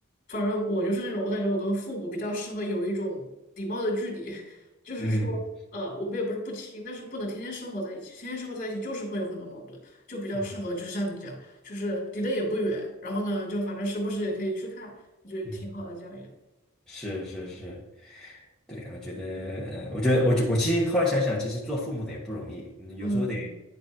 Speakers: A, on the left; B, in the centre.
A: 反正我就是那种，我感觉我跟父母比较适合有一种礼貌的距离，<laughs> 就是说，
B: 嗯
A: 呃，我们也不是不亲，但是不能天天生活在一起，天天生活在一起就是会有很多矛盾，就比较适合就是像你这样，
B: 嗯
A: 就是离得也不远，然后呢，就反正时不时也可以去看，我觉得挺好的这样。
B: 嗯。
A: 也。
B: 是是是，对，我觉得，呃我觉得，我就我其实后来想想，其实做父母的也不容易，嗯有时候得，
A: 嗯，